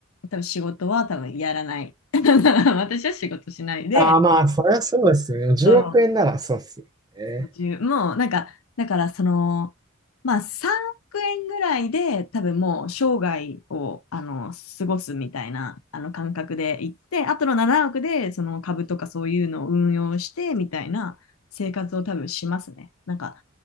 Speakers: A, on the left; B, on the right.
A: 多分仕事は多分やらない。<laughs> 私は仕事しないで、
B: ああ、まあ、それはそうですよね。10億円ならそうですよね。
A: そうごじゅうもうなんか、だからその、まあ3億円ぐらいで多分もう生涯をあの過ごすみたいなあの感覚で行って、あとの7億でその株とかそういうのを運用してみたいな生活を多分しますね。なんか、